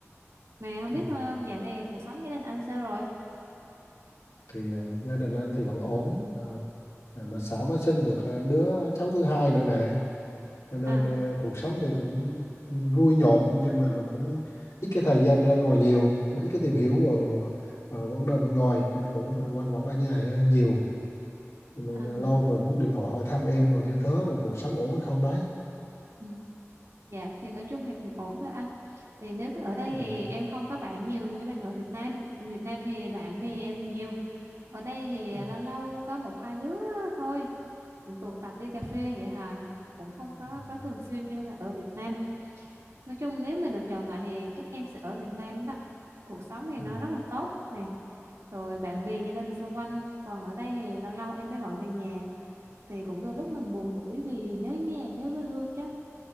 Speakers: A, on the right; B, on the left.
A: mà không
B: Ừ.
A: biết uh, dạo này cuộc sống gia đình anh sao rồi
B: thì à, gia đình anh thì vẫn ổn à, à, mà xã mới sinh được à, đứa cháu thứ hai nữa nè cho nên
A: à,
B: à, cuộc sống thì cũng vui nhộn nhưng mà mình cũng ít cái thời gian ra ngoài nhiều ít cái tìm hiểu vào, vào vấn đề bên ngoài cho nên cũng à, quanh quẩn ở nhà nhiều nên
A: à
B: là lâu rồi muốn điện thoại hỏi thăm em rồi như thế rồi cuộc sống ổn hay không đấy
A: ừ. dạ thì nói chung thì cũng ổn thôi anh thì nếu cứ ở đây
B: ừ.
A: thì em không có bạn nhiều như bạn ở Việt Nam ở Việt Nam thì bạn bè em nhiều ở đây thì
B: Ừ.
A: lâu lâu có một hai đứa thôi cũng tụ tập đi cà phê vậy hà cũng không có
B: Ừ.
A: có thường xuyên như là ở Việt Nam nói chung nếu mà được chọn lại thì chắc em sẽ ở Việt Nam đó cuộc sống thì
B: Ừ.
A: nó rất là tốt nè rồi bạn bè gia đình xung quanh còn ở đây thì lâu lâu em mới gọi về nhà thì cũng đôi lúc mình buồn tủi vì nhớ nhà nhớ quê hương chứ